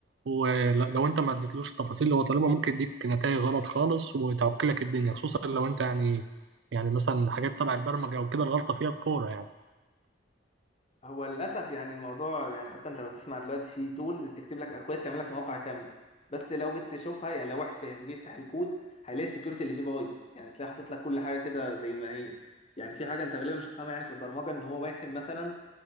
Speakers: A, on the right; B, on the left.
A: ولو انت ما اديتلوش التفاصيل اللي هو طالبها ممكن يديك نتائج غلط خالص وتعكلك الدنيا خصوصا لو انت يعني يعني مثلا حاجات تبع البرمجة او كده الغلطة فيها بفورة يعني
B: هو للاسف يعني الموضوع يعني حتى انت لو تسمع دلوقتي في تولز تكتب لك اكواد تعمل لك مواقع كامله بس لو جيت تشوفها يعني لو واحد فاهم جه يفتح الكود هيلاقي السكيورتي اللي فيه بايظ يعني تلاقي حاطط لك كل حاجه كده زي ما هي يعني في حاجه انت غالبا مش تفهمها يعني في البرمجه ان هو واحد مثلا